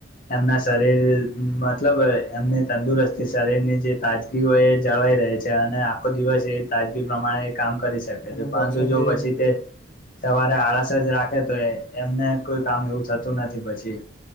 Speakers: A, on the left; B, on the left.
A: એમના શરીર મતલબ એમની તંદુરસ્તી શરીરની જે તાજગી હોય એ જવા. રહે છે અને આખો દિવસ એ તાજગી પ્રમાણે કામ કરીશકેછે
B: અને
A: પરંતુ
B: પાછા
A: જો
B: જે
A: પછી તે સવારે આળસ જ રા. તો એમને કોઈ કામ એવું થતું નથી પછી.